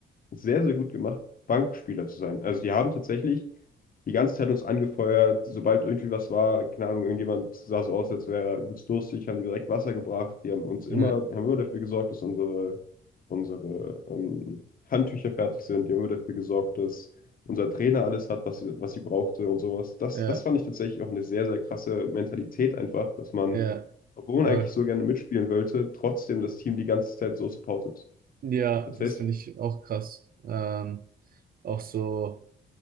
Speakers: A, on the left; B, on the right.
A: sehr, sehr gut gemacht, Bankspieler zu sein. Also die haben tatsächlich die ganze Zeit uns angefeuert. Sobald irgendwie was war, keine Ahnung, irgendjemand sah so aus, als wäre er übelst durstig, haben die direkt Wasser gebracht. Die haben uns
B: ja,
A: immer, haben immer dafür gesorgt, dass unsere, unsere ähm, Handtücher fertig sind. Die haben immer dafür gesorgt, dass unser Trainer alles hat, was sie, was sie brauchte und sowas. Das,
B: ja,
A: das fand ich tatsächlich auch eine sehr, sehr krasse Mentalität einfach, dass man,
B: ja,
A: obwohl
B: voll.
A: man eigentlich so gerne mitspielen wollte, trotzdem das Team die ganze Zeit so supportet.
B: Ja,
A: Das
B: das
A: heißt,
B: finde ich auch krass. Ähm, auch so